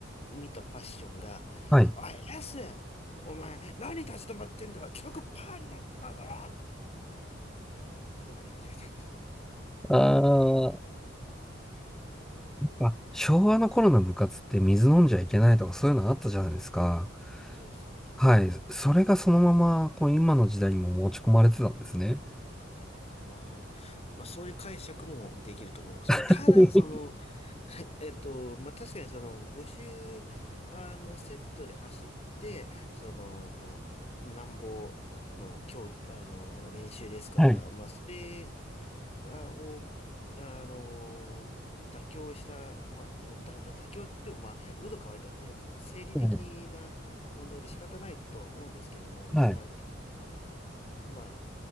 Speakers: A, on the left; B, in the centre.
A: 見たパッションが、
B: はい。
A: おい、S! お前、何立ち止まってんだろ記録パーになってるだろって、うん、怒鳴り始めたんです。
B: あー
A: はい、
B: あ、昭和の頃の部活って水飲んじゃいけないとかそういうのあったじゃないですか。
A: そうですね。
B: はい。それがそのまま、こう、今の時代にも持ち込まれてたんですね。
A: まあ、まあそういう解釈もできると思います。まあただ、
B: <laughs>
A: その、<laughs> えっと、まあ確かにその5周、あの、セットで走って、その、なんぼの競技、あの、練習ですから、
B: はい。
A: まあそれあを、あの、妥協した、まあ、まあ、だ、まあ妥協って言っても、まあ、喉乾いたんで、もう生理的な問題で仕方ないとは思うんですけども、
B: はい。
A: まあ、
B: はい。
A: だ、あのまあ、